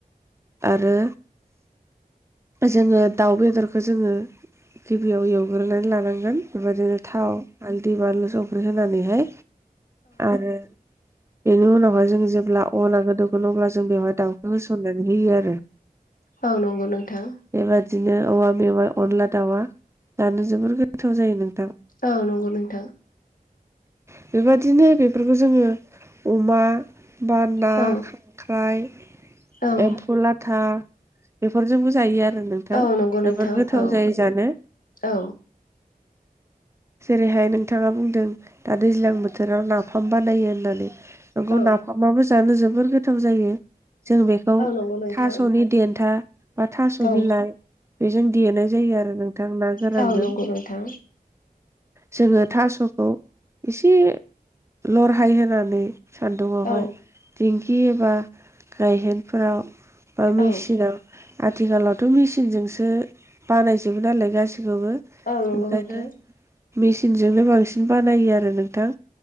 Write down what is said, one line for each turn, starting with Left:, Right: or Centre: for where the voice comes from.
Right: आरो जोङो दाउ बेदरखौ जोङो गिबियाव एवग्रोनानै लानांगोन बेबायदिनो थाव हालदि बानलु संख्रि होनानैहाय आरो बेनि उनावहाय जों जेब्ला अना गोदौगोन अब्ला जों बेवहाय दाउखौ होसननानै होयो आरो
Left: औ नंगौ नोंथां।
Right: बेबादिनो औवा मेवाइ अनला दाउआ जानो जोबोर गोथाव जायो नोंथां।
Left: औ नंगौ नोंथां।
Right: बेबायदिनो बेफोरखौ जोङो अमा बा ना
Left: औ
Right: खांख्राय
Left: औ
Right: एम्फौ लाथा बेफोरजोंबो जायो आरो नोंथां
Left: औ नंगौ नोंथां
Right: जोबोर गोथाव
Left: औ
Right: जायो जानो।
Left: औ
Right: जेरैहाय नोंथाङा बुंदों दा दैज्लां बोथोराव नाफाम बानायो होननानै नोंगौ
Left: औ
Right: नाफामाबो जानो जोबोर गोथाव जायो जों बे खौ
Left: औ नंगौ नोंथां
Right: थास'नि देन्था बा थास'
Left: औ
Right: बिलाइ बेजों देनाय जायो आरो नोंथां ना गोरानजों
Left: औ नंगौ नोंथां
Right: जोङो थास'खौ एसे लरहाय होनानै सान्दुुंआवहाय
Left: औ
Right: दिंखि एबा गायहेनफोराव बा मेचिनाव
Left: औ
Right: आथिखालावथ' मेचिनजोंसो बानायजोबो नालाय गासिखौबो ओंखायनो
Left: औ नंगौ नोंथां
Right: मेसिनजोंनो बांसिन बानायो आरो नोंथां